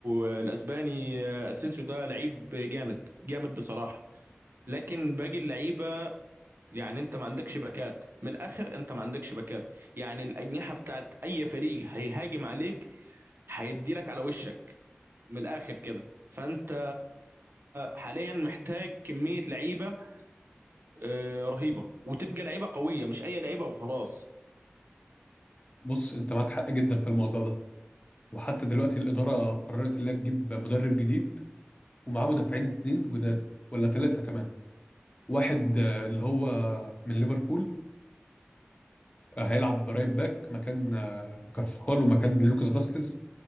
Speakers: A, on the right; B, on the left.
A: آه، الاسباني آه، اسينسيو ده لعيب جامد جامد بصراحه لكن باقي اللعيبه يعني انت ما عندكش باكات من الاخر انت ما عندكش باكات يعني الاجنحه بتاعت اي فريق هيهاجم عليك هيدي لك على وشك من الاخر كده فانت حاليا محتاج كميه لعيبه آه، رهيبه وتبقى لعيبه قويه مش اي لعيبه وخلاص
B: بص انت معاك حق جدا في الموضوع ده وحتى دلوقتي الاداره قررت انها تجيب مدرب جديد ومعاه مدافعين اتنين جداد ولا ثلاثه كمان واحد آه، اللي هو من ليفربول آه، هيلعب رايت باك مكان آه، كارفخال ومكان لوكاس فاسكيز